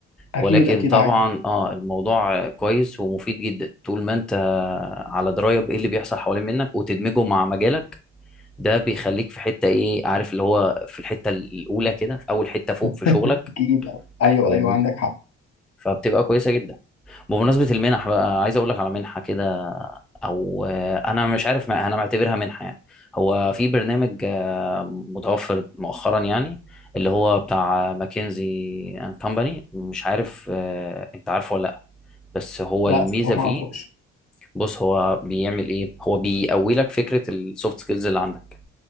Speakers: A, on the left; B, in the centre.
A: اكيد
B: ولكن
A: اكيد
B: طبعا
A: عادي
B: اه الموضوع آه، كويس ومفيد جدا طول ما انت على درايه بايه اللي بيحصل حوالين منك وتدمجه مع مجالك ده بيخليك في حته ايه عارف اللي هو في الحته الاولى كده في اول حته فوق في
A: <laughs>
B: شغلك
A: اكيد ايوه
B: فاهمني
A: ايوه عندك حق
B: فبتبقى كويسه جدا بمناسبه المنح بقى عايز اقول لك على منحه كده او آه، انا مش عارف ما انا معتبرها منحه يعني هو في برنامج آه، متوفر مؤخرا يعني اللي هو بتاع ماكنزي اند كومباني مش عارف آه، انت عارفه ولا لا بس هو
A: لا
B: الميزه
A: الصراحة
B: فيه
A: ما اعرفوش
B: بص هو بيعمل ايه هو بيقوي لك فكره السوفت سكيلز اللي عندك